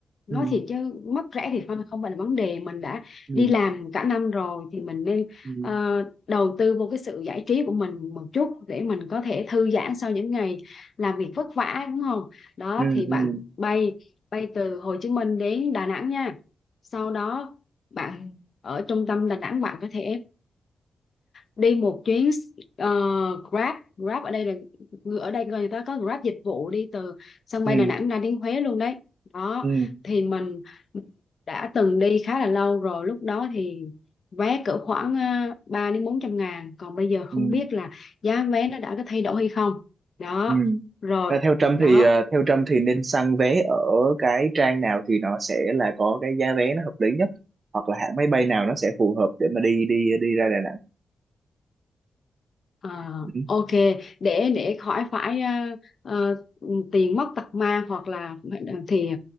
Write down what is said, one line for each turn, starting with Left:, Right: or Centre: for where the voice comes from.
Left: nói
Right: Ừ.
Left: thiệt chứ mất rẻ thì không không phải là vấn đề mình đã
Right: Ừ.
Left: đi làm cả năm rồi thì mình nên
Right: Ừ.
Left: ờ, đầu tư vô cái sự giải trí của mình một chút để mình có thể thư giãn sau những ngày làm việc vất vả đúng không đó
Right: Ừ.
Left: thì
Right: Ừ.
Left: bạn bay bay từ Hồ Chí Minh đến Đà Nẵng nha sau đó bạn ở trung tâm Đà Nẵng bạn có thể đi một chuyến ờ, Grab Grab ở đây là ở đây người ta có Grab dịch vụ đi từ sân
Right: Ừ.
Left: bay Đà Nẵng ra đến Huế luôn đấy đó
Right: Ừ.
Left: thì mình đã từng đi khá là lâu rồi lúc đó thì vé cỡ khoảng ờ, 3 đến bốn trăm ngàn còn bây giờ không
Right: Ừ.
Left: biết là giá vé nó đã có thay đổi hay không đó
Right: Ừ.
Left: rồi
Right: Và theo Trâm
Left: đó
Right: thì ờ, theo Trâm thì nên săn vé ở cái trang nào thì nó sẽ là có cái giá vé nó hợp lý nhất hoặc là hãng máy bay nào nó sẽ phù hợp để mà đi đi đi ra Đà Nẵng.
Left: À,
Right: Ừ.
Left: ok để để khỏi phải ờ, ờ, tiền mất tật mang hoặc là thì